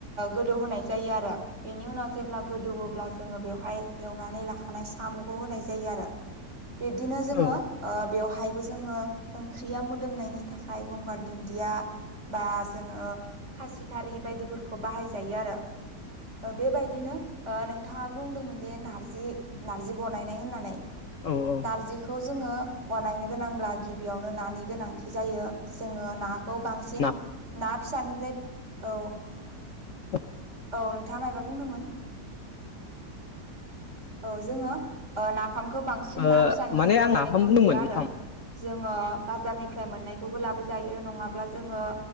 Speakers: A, on the right (about 40°); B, on the left (about 55°).
A: गोदौ होनाय जायो आरो बेनि उनाव जेब्ला गोदौब्ला जोङो बेवहाय एवनानै लाखानाय साम'खौ होनाय जायो आरो बिब्दिनो जोङो
B: औ
A: ओ बेवहायबो जोङो ओंख्रिया मोदोमनायनि, थाखाय गंगार दुन्दिया बा जोङो। खासिथारि बायदिफोरखौ बाहायजायो आरो बेबायदिनो ओ नोंथाङा बुंदोंमोन दि नारजि नार्जि बनायनाय होननानै,
B: औ औ
A: नारजिखौ जोङो बनायनो गोनांब्ला गिबियावनो नानि गोनांथि जायो जोङो ना, खौ बांसिन
B: ना
A: ना फिसानिफ्राय औ
B: <unintelligible>
A: औ नोंथाङा मायबा बुंदोंमोन? औ जोङो नाफामखौ बांसिन
B: ओ
A: ना फिसानिफ्राय
B: माने
A: बनायनायखौ
B: आं नाफाम बुंदोंमोन
A: नुयो आरो
B: नाफाम
A: जोङो बाजारनिफ्राय मोननायखौबो लाबोजायो नङाब्ला जोङो,